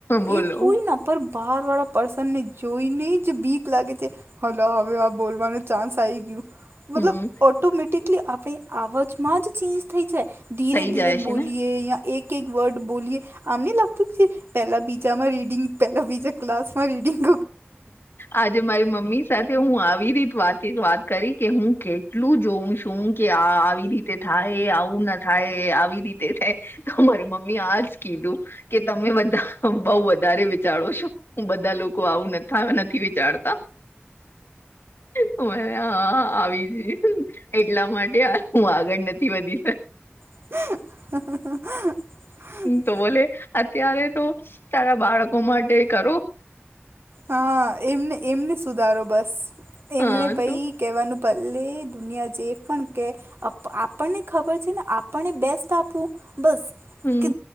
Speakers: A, on the left; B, on the right.
A: બોલો
B: એ કોઈના પર બહારવાળા પર્સનને જોઈને જ બીક લાગે છે હલા હવે આ બોલવાનો ચાન્સ આઈ ગ્યું. મતલબ
A: હમ
B: ઓટોમેટિકલી આપણી અવાજમાં જ ચેન્જ થઈ જાય ધીરે
A: થઈ
B: ધીરે
A: જાય છે
B: બોલીએ
A: ને
B: યા એક એક વર્ડ બોલીએ આમને લાગતું છે પેલા બીજામાં રીડિંગ પેલા બીજા ક્લાસ માં રીડિંગ
A: આજે મારી મમ્મી સાથે હું આવી રીત વાતે વાત કરી કે હું કેટલું જોઉ છું કે આ આવી રીત તે થાય આવું ના થાય આવી રીતે થાય તો મારી મમ્મી આજ કીધું કે તમે બધા બઉ વધારે વિચારો છો હું બધા લોકો આવું નથ થાવ નથી વિચારતા તું મને હા આવી જ રીત એટલા માટે હું આગળ નથી વધી શક
B: અહહ હ
A: તો બોલે અત્યારે તો તારા બાળકો માટે કરો.
B: હા એમને એમને સુધારો બસ
A: હા
B: એમને પાઈ.
A: તો
B: કહેવાનું ભલે દુનિયા જે પણ કે. આપણને ખબર છે ને આપણને બેસ્ટ આપવું બસ.
A: હમ
B: કે